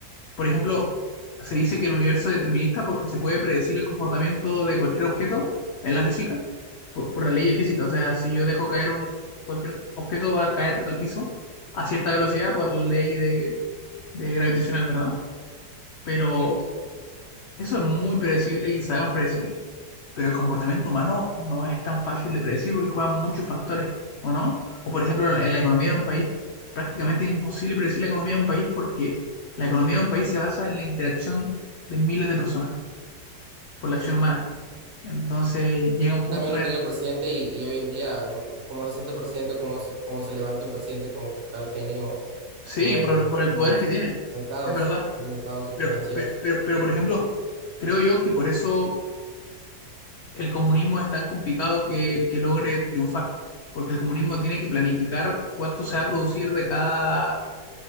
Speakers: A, on the left; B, on the right.
A: por ejemplo, se dice que el universo es determinista porque se puede predecir el comportamiento de cualquier objeto en la física por, por la ley de física. O sea, si yo dejo caer un cualquier objeto va a caer al piso a cierta velocidad por la ley de, de gravitacional, ¿verdad? Pero
B: Sí.
A: eso es muy predecible y sabemos predecirlo. Pero el comportamiento humano no es tan fácil de predecir porque juegan muchos factores, ¿o no? O por ejemplo, en la en la economía de un país, prácticamente es imposible predecir la economía de un país porque la economía de un país se basa en la interacción de miles de personas por la acción humana. Entonces llega un
B: Y
A: punto
B: también lo
A: en el...
B: que diga el presidente y, y hoy en día, lo que- cómo se siente el presidente, cómo se, cómo se levanta un presidente con tal genio,
A: Sí,
B: mueve
A: por, por el
B: los
A: poder que tiene,
B: mercados,
A: es verdad.
B: los mercados
A: Pero,
B: financieros.
A: pero, pero, pero por ejemplo, creo yo que por eso el comunismo es tan complicado que, que logre triunfar, porque el comunismo tiene que planificar cuánto se va a producir de cada,